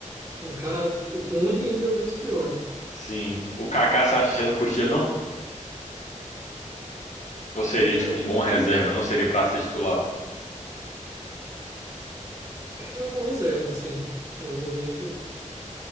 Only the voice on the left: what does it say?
sim. O Kaká, você acha que você não curte ele, não? Ou seria,
tipo,
um
bom reserva? Não seria pra ser titular? <laughs>